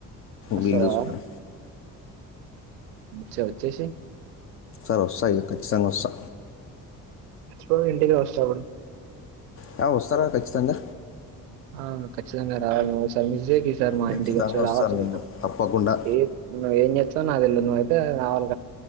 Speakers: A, on the right; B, on the left.
A: వస్తావా
B: వీలు చూసుకొని,
A: చె వచ్చేసేయ్,
B: సరే వస్తా ఇగా ఖచ్చితంగా వస్తా,
A: ఎప్పుడు ఇంటికి వాసతా అప్పుడు,
B: య్య వస్తారా ఖచ్చితంగా,
A: ఆ ఖచ్చతంగా రావాలి నువూ ఈసారి మిస్ చెయ్యకు, సార్ మా
B: ఖచ్చితంగా
A: ఇంటికి వచ్చు
B: వస్తాను
A: రావచ్చుకద
B: నేను తప్పకుండా
A: ఏ నువ్ ఏం చేస్తావ్ నా తెలిద్ నువ్ ఎ రారు